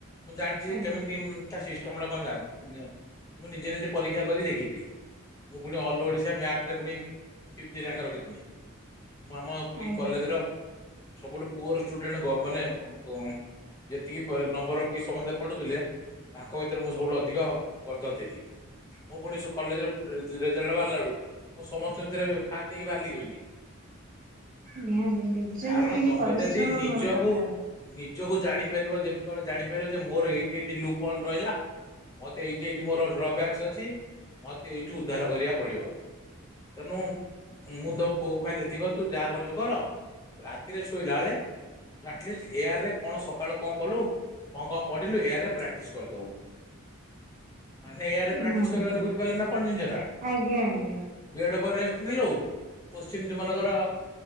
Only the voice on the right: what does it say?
ଆଜ୍ଞା
ଆଜ୍ଞା
ନିହାତି ନିଜେ
ସେତିକି
ପରିଶ୍ରମ
ଦରକାର୍।
ନିହାତି
ଆଜ୍ଞା ଆଜ୍ଞା